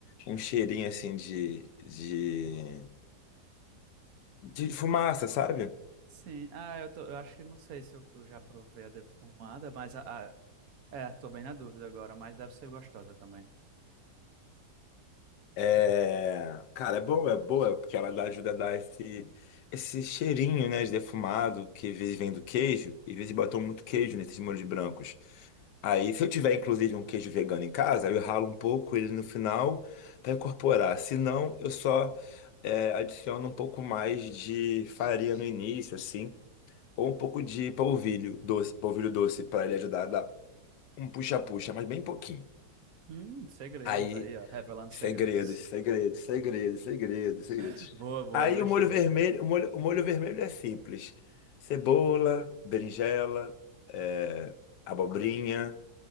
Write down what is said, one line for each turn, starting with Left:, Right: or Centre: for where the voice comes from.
Left: um cheirinho assim de, de, de fumaça, sabe?
Right: Sim, ah, eu, tô, eu acho que não sei se eu eu já provei a defumada, mas a, a- é, tô bem na dúvida agora, mas deve ser gostosa também.
Left: É, cara, é boa, é boa, porque ela dá, ajuda a dar esse, esse cheirinho, né, de defumado, que às vezes vem do queijo, e às vezes botam muito queijo nesses molhos brancos. Aí, se eu tiver inclusive um queijo vegano em casa, eu ralo um pouco ele no final para incorporar. Se não, eu só é, adiciono um pouco mais de farinha no início, assim, ou um pouco de polvilho doce, polvilho doce para ele ajudar a dar um puxa-puxa, mas bem pouquinho.
Right: Hum, segredos
Left: Aí,
Right: aí, ó, revelando
Left: segredos,
Right: segredos.
Left: segredos, segredos, segredos, segredos.
Right: <laughs> Boa, boa,
Left: Aí
Right: gostei,
Left: o molho
Right: gostei.
Left: vermelho, o molho, o molho vermelho é simples: cebola, berinjela, é, abobrinha